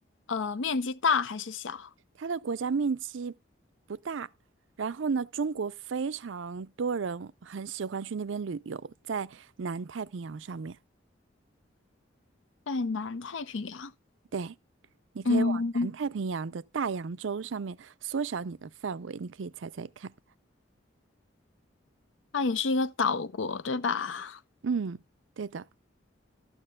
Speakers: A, on the left; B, on the right.
A: 呃面积大还是小？
B: 它的国家面积不大，然后呢，中国非常多人很喜欢去那边旅游，在南太平洋上面。
A: 在南太平洋。
B: 对，你可以往南太平洋的大洋洲上面缩小你的范围，
A: 嗯。
B: 你可以猜猜看。
A: 它也是一个岛国，对吧？
B: 嗯，对的，